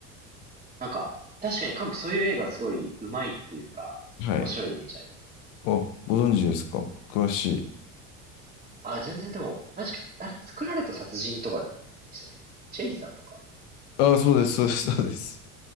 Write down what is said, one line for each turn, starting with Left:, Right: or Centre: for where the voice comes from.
Right: なんか、確かに韓国そういう映画すごい上手いっていうか、
Left: はい。
Right: 面白いイメージありますね。
Left: お、ご存知ですか詳しい。
Right: あ、全然でも、確か、あれ作られた殺人とかでしたっけチェイサーとか。
Left: ああ、そうです、そうです、そうです。